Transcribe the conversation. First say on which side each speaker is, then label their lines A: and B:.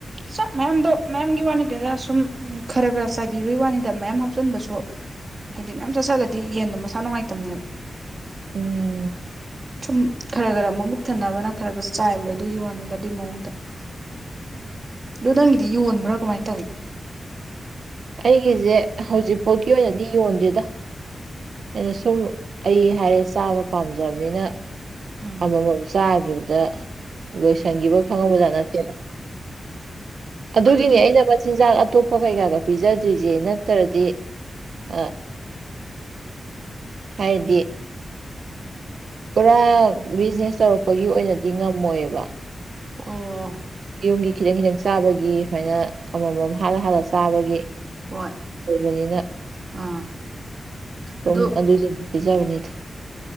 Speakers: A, on the right; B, on the right.
A: ꯆꯥꯛ ꯃꯌꯥꯝꯗꯣ ꯃꯌꯥꯝꯒꯤ ꯋꯥ ꯅꯠꯇꯦꯗ ꯁꯨꯝ ꯈꯔ ꯈꯔ ꯆꯥꯏꯕꯤꯕꯩ ꯋꯥꯅꯤꯗ ꯃꯌꯥꯝ ꯍꯥꯞꯆꯟꯕꯁꯨ ꯍꯥꯏꯗꯤ ꯃꯌꯥꯝ ꯆꯥꯁꯜꯂꯗꯤ ꯌꯦꯟꯗꯣ ꯃꯁꯥ ꯅꯨꯡꯉꯥꯏꯇꯝꯅꯦꯕ
B: ꯎꯝ
A: ꯁꯨꯝ ꯈꯔ ꯈꯔ ꯃꯕꯨꯛ ꯊꯟꯅꯕꯅ ꯈꯔ ꯈꯔ ꯆꯥꯏꯕꯗꯣ ꯑꯗꯨꯒꯤ ꯋꯥꯅꯤꯗ ꯑꯗꯨꯏ ꯃꯑꯣꯡꯗ ꯗꯣ ꯅꯪꯒꯤꯗꯤ ꯌꯣꯟꯕ꯭ꯔꯥ ꯀꯃꯥꯏꯟ ꯇꯧꯋꯤ
B: ꯑꯩꯒꯤꯖꯦ ꯍꯧꯖꯤꯛꯄꯧꯒꯤ ꯑꯣꯏꯅꯗꯤ ꯌꯣꯟꯗꯦꯗ ꯑꯩꯅ ꯁꯨꯝ ꯑꯩ ꯍꯥꯏꯔꯦ ꯆꯥꯕ ꯄꯥꯝꯖꯕꯅꯤꯅ
A: ꯎꯝ
B: ꯑꯃꯃꯝ ꯆꯥꯒꯤꯕꯗ ꯂꯣꯏꯁꯟꯒꯤꯕꯒ ꯈꯪꯍꯧꯕꯖꯥꯠ ꯅꯠꯇꯦꯗ ꯑꯗꯨꯒꯤꯅꯦ
A: ꯑꯗꯨꯗꯤ
B: ꯑꯩꯅ ꯃꯆꯤꯟꯖꯥꯛ ꯑꯇꯣꯞ ꯄ ꯀꯩꯀꯥꯒ ꯄꯤꯖꯗ꯭ꯔꯤꯖꯦ ꯅꯠꯇ꯭ꯔꯗꯤ ꯑꯥ ꯍꯥꯏꯗꯤ ꯄꯨꯔꯥ ꯕꯤꯖꯤꯅꯦꯁ ꯇꯧꯔꯛꯄꯒꯤ ꯑꯣꯏꯅꯗꯤ ꯉꯝꯃꯣꯏꯕ
A: ꯎꯪ
B: ꯌꯨꯝꯒꯤ ꯈꯤꯇꯪ ꯈꯤꯇꯪ ꯆꯥꯕꯒꯤ ꯁꯨꯃꯥꯏꯅ ꯑꯃꯃꯝ ꯍꯥꯠꯂ ꯍꯥꯠꯂ ꯆꯥꯕꯒꯤ
A: ꯍꯣꯏ
B: ꯑꯣꯏꯕꯅꯤꯅ
A: ꯑꯥ
B: ꯁꯨꯝ
A: ꯑꯗꯨ
B: ꯑꯗꯨꯖꯤꯡꯗꯨ ꯄꯤꯖꯕꯅꯤꯗ